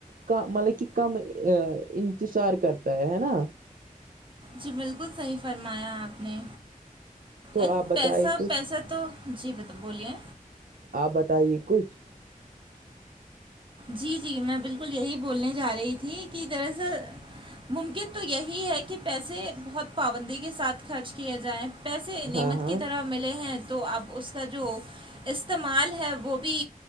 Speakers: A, on the right; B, on the right.
A: کا مطلب کہ کم انتظار کرتا ہے ہے نا
B: جی بالکل صحیح فرمایا آپ نے
A: تو
B: اینڈ
A: آپ بتائے
B: پیسہ
A: کچھ
B: پیسہ تو تو جی بولیے
A: آپ بتائیے کچھ
B: جی جی میں بالکل یہی بولنے جا رہی تھی کہ دراصل ممکن تو یہی ہے کہ پیسے بہت پابندی کے ساتھ خرچ کیے جائیں پیسے نعمت
A: ہاں
B: کی
A: ہاں
B: طرح ملے ہیں تو اپ اس کا جو استعمال ہے وہ بھی